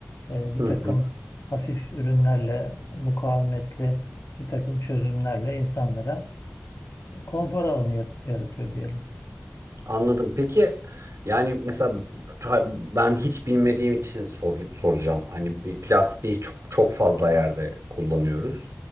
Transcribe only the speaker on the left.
E, bir
takım hafif ürünlerle, mukavemetli bir takım çözümlerle insanlara konfor alanı yat- yaratıyor diyelim.